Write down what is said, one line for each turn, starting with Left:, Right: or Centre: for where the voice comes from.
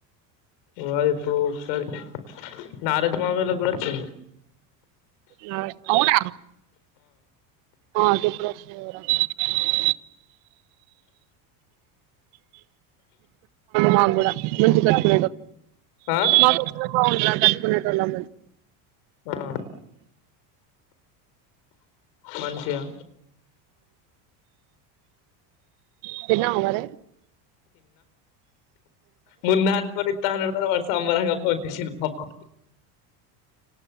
Left: వా ఎప్పుడో ఒకసారి నారాజా మమ్మయ్యోలగూడ చె
Right: నా అవున ఆ <unintelligible> మాగుడా మంచి కట్ప
Left: ఆ
Right: మాకుాగు కోనేతోల్లం మేము
Left: ఆ మంచిగా
Right: అ తన్న ఉవర
Left: మున్న అనుకని ఇత్తనన్నాడు వా సాంబారంగా ఫోన్ జేసిండు పాపం